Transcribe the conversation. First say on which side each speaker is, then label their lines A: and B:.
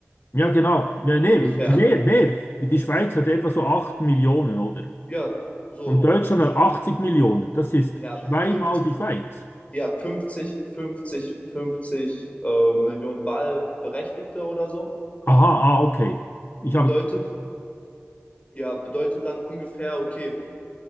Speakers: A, on the left; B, on the left.
A: Ja, genau. Nee, nee,
B: Ungefähr.
A: mehr, mehr. Die Schweiz hat etwa so 8 Millionen, oder?
B: Ja, so.
A: Und Mhm. Deutschland hat 80 Millionen. Das ist
B: Ja,
A: zweimal
B: fünfzig
A: die Schweiz.
B: ja, fünfzig fünfzig fünfzig äh, Millionen Wahlberechtigte oder so.
A: Aha, ah, okay. Ich
B: Bedeutet,
A: habe,
B: ja, bedeutet dann ungefähr, okay,